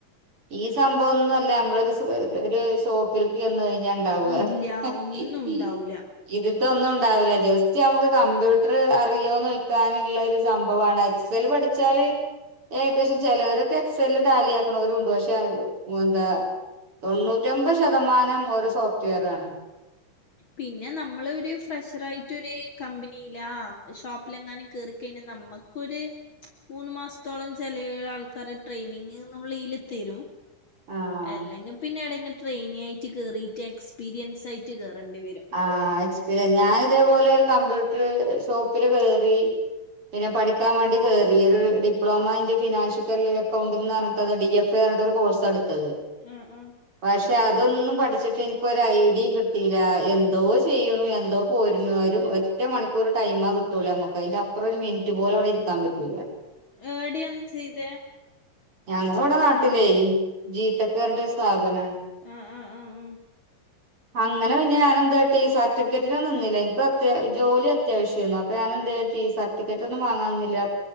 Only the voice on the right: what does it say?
ഈ സംഭവം ഒന്നും അല്ല നമ്മളൊരു സ് ഒരു സോക്കിലേക്ക് ചെന്ന്കഴിഞ്ഞ ഉണ്ടാവുക
ഇത് പ
ഇതൊന്നും ഉണ്ടാവില്ല ജസ്റ്റ് നമുക്ക് കമ്പ്യൂട്ടർ അറിയോ വയ്ക്കാനുള്ള ഒരു സംഭവമാണ് എക്സൽ പഠി ന്ന് ച്ചാല് ഏകദേശം ചെലവരക്കെ എക്സൽ ടാലിയാക്കന്നവരും ഉണ്ട്. പ എന്താ തൊണ്ണൂറ്റി ഒമ്പത് ശതമാനം
ഒരു സോഫ്റ്റ്വെയർ ആണ്
ആഹ്
ആ എക്സ്പീരിയൻ. ഇതേപോലെ ക്യ ട്ട് ഷോപ്പില് കേറി പിന്നെ പഠിക്കാൻ വേണ്ടി കയറി. ഒരു ഡിപ്ലോമ അന്റെ ഫിനാൻഷ്യൽ അക്കൗണ്ടിന്ന് പറഞ്ഞട്ടത് ഡി എഫ് എന്ന് പറഞ്ഞ അടുത്തത്
വാഷ് അതൊന്നും പഠിച്ചിട്ട് എനിക്കൊരു ഐഡിയും കിട്ടിയില്ല എന്തോ ചെയ്യണു എന്തോ പോരുണു അ ഒറ്റ മണിക്കൂർ ടൈമ് ആ കിട്ടൂലേ നമ്മുക്ക് അതിനപ്പറം ഒരു മിനിറ്റ് പോലും അവിടെ ഇരിക്കാൻ പറ്റൂല്ല
ഞങ്ങള ഇവിടെ നാട്ടിലേ ജീത്തക്കാരുടെ ഒരു സ്ഥാപനാണ് പ
അങ്ങനെ പിന്നെ ഞാൻ എന്തോ കിട്ടി സർട്ടിഫിക്കിറ്റിനൊന്നും നിന്നില്ല എനിക്ക് അത്യാ ജോലി അത്യാവശ്യമായിരുന്നു അപ്പൊ ഞാനെന്ത് സർട്ടിഫിക്കറ്റ് ഒന്നും വാങ്ങാ നിന്നില്ല